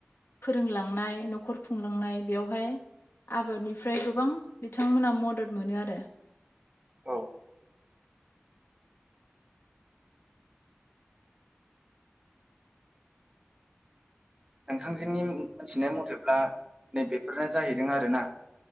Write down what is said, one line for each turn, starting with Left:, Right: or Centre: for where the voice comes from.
Left: फोरोंलांनाय न'खर खुंलांनाय बेयावहाय आबादनिफ्राय गोबां बिथांमोना मदद मोनो आरो।
Right: औ नोंथांजोनि मोनथिनाय मथेब्ला नै बेफोरनो जाहैदों आरो ना?